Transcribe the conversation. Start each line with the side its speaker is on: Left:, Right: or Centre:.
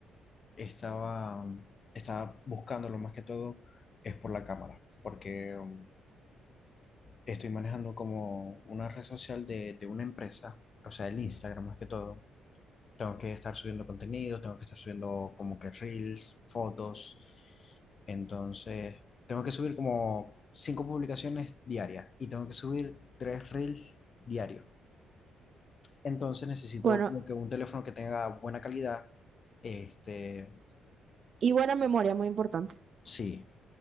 Left: estaba, estaba buscándolo más que todo, es por la cámara, porque um, estoy manejando como una red social de, de una empresa, o sea, el Instagram más que todo. Tengo que estar subiendo contenido, tengo que estar subiendo como que reels, fotos. Entonces, tengo que subir como cinco publicaciones diarias y tengo que subir tres reels diarios. Entonces necesito
Right: Bueno,
Left: como que un teléfono que tenga buena calidad. Este,
Right: y buena memoria, muy importante.
Left: sí.